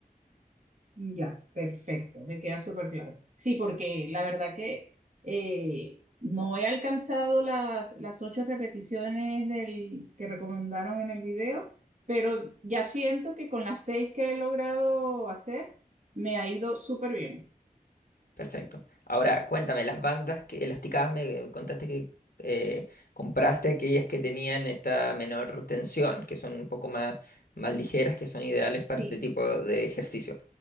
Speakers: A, on the right; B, on the left.
A: Ya, perfecto, me queda súper claro. Sí, porque la verdad que eh, no he alcanzado las, las ocho repeticiones del, que recomendaron en el video, pero ya siento que con las seis que he logrado hacer, me ha ido súper bien.
B: Perfecto. Ahora, cuéntame, las bandas que elasticadas me contaste que eh, compraste aquellas que tenían esta menor tensión, que son un poco más, más ligeras, que son ideales
A: Sí.
B: para este tipo de ejercicio.